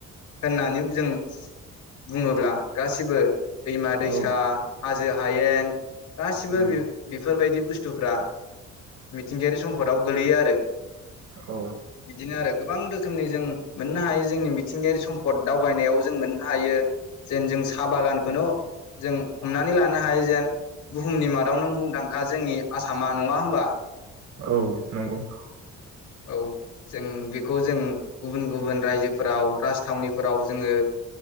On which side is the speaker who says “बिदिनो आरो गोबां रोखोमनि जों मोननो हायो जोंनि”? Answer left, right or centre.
Left